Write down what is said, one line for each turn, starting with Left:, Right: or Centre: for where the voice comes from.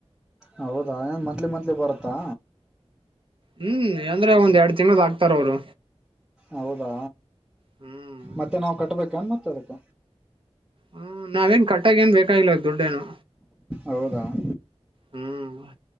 Centre: ಹೌದಾ ಏನ್ ಮಂತ್ಲಿ ಮಂತ್ಲಿ ಬರುತ್ತಾ
Right: ಹ್ಮ್ ಅಂದ್ರೆ ಒಂದ್ ಎರಡ್ ತಿಂಗ್ಳ ಆಕ್ತಾರ ಅವ್ರು
Centre: ಹೌದಾ
Right: ಹ್ಮ್
Centre: ಮತ್ತೆ ನಾವವು ಕಟ್ಬೇಕ ಅನ್ ಮತ್ತೆ ಅದಕ್ಕ
Right: ಹ್ಮ್ ನಾವೇನ್ ಕಟ್ಟಾಗ ಏನ್ ಬೇಕಾಗಿಲ್ಲ ದುಡ್ಡೇನು
Centre: ಹೌದಾ <unintelligible>
Right: ಹ್ಮ್